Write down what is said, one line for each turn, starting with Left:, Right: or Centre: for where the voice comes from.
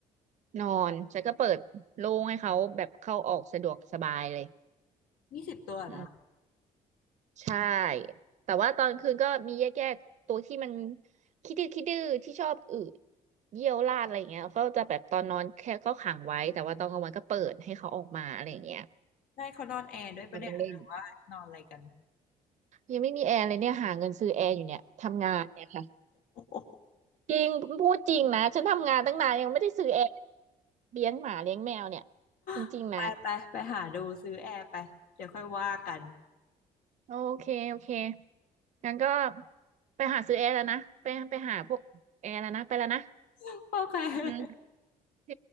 Right: นอนฉันก็เปิดโล่งให้เขาแบบเข้าออกสะดวกสบายเลย
Left: ยี่สิบตัวนะ
Right: อืมใช่แต่ว่าตอนคืนก็มีแยกๆตัวที่มันคิดดื้อคิดดื้อที่ชอบอืดเยี่ยวราดอะไรอย่างเงี้ยเขาจะแบบตอนนอนแค่ก็ขังไว้แต่ว่าตอนกลางวันก็เปิดให้เขาออกมาอะไรอย่างเงี้ย
Left: ได้เขานอนแอร์ด้วยปะเนี่ยหรือว่านอนอะไรกัน
Right: มาเล่นยังไม่มีแอร์เลยเนี่ยหาเงินซื้อแอร์อยู่เนี่ยทำงานเนี่ยค่ะ
Left: โอ้โห
Right: จริงพูดจริงนะฉันทำงานตั้งนานยังไม่ได้ซื้อแอร์ เลี้ยงหมาเลี้ยงแมวเนี่ยจริงๆนะ
Left: <laughs> ไปไปไปหาดูซื้อแอร์ไปเดี๋ยวค่อยว่ากัน
Right: โอเคโอเคงั้นก็ไปหาซื้อแอร์แล้วนะไปไปหาพวกแอร์แล้วนะไปแล้วนะ
Left: <laughs> โอเค
Right: อืมโอเค